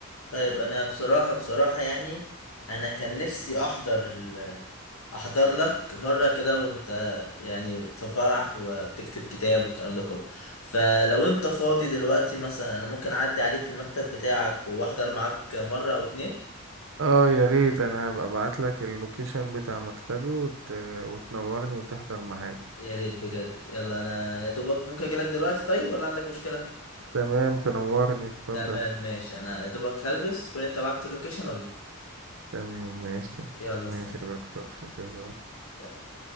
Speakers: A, on the left; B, on the right.
A: طيب انا بصراحة بصراحة يعني انا كان نفسي احضر ال... احضر لك مرة كده وانت يعني في فرح وبتكتب كتاب والكلام ده كله فلو انت فاضي دلوقتي مثلا انا ممكن اعدي عليك في المكتب بتاعك واحضر معاك مرة او اتنين
B: اه يا ريت انا هبقى ابعت لك اللوكيشن بتاع مكتبي وت... وتنورني وتحضر معايا
A: يا ريت بجد يلا انا يا دوبك ممكن اجيلك دلوقتي طيب ولا عندك مشكلة
B: تمام تنورني اتفضل
A: تمام ماشي انا يا دوبك هلبس تكون انت بعت اللوكيشن واجيلك
B: تمام ماشي
A: يلا
B: ماشي
A: سلام
B: يا دكتور في انتظارك
A: سلام